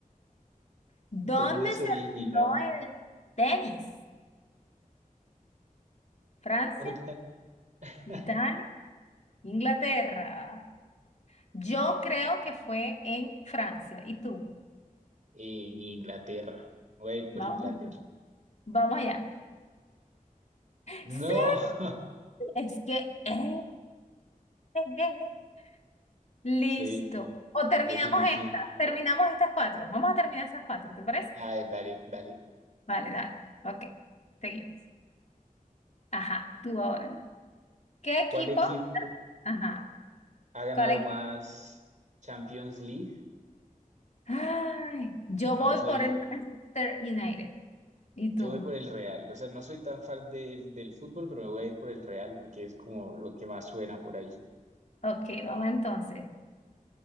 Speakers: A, on the left (about 55°); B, on the right (about 60°).
A: ¿Dónde
B: ¿dónde se
A: se
B: originó
A: originó el tenis? ¿Francia?
B: otra? <laughs>
A: ¿Italia? ¿Inglaterra? Yo creo que fue en Francia. ¿Y tú?
B: En Inglaterra. Voy a ir por
A: Vamos,
B: Inglaterra.
A: allá. vamos allá. Sí,
B: No, <laughs>
A: es que... eh, eh, eh, eh. Listo.
B: soy
A: O terminamos
B: definitiva.
A: esta. Terminamos estas cuatro. Vamos a terminar esas cuatro, ¿te parece?
B: A ver, dale, dale.
A: Vale, dale. Ok, seguimos. Ajá, tú ahora. ¿Qué equipo?
B: ¿Cuál equipo
A: Ajá,
B: ha ganado
A: ¿cuál equipo?
B: más Champions League?
A: Ay, yo
B: No
A: voy
B: soy,
A: por el Manchester United. ¿Y
B: yo
A: tú?
B: voy por el Real. O sea, no soy tan fan del, del fútbol, pero me voy a ir por el Real porque es como lo que más suena por ahí.
A: Ok, vamos entonces.